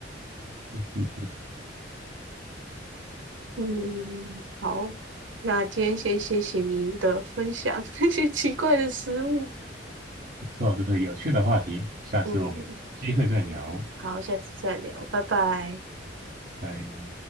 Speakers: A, on the right; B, on the right.
A: 嗯，
B: 嗯，好，那今天先谢谢你的分享，<laughs> 那些奇怪的食物。
A: 不错，这是有趣的话题，下次我们有机会再聊，
B: 嗯，好，下次再聊，拜拜。
A: 拜。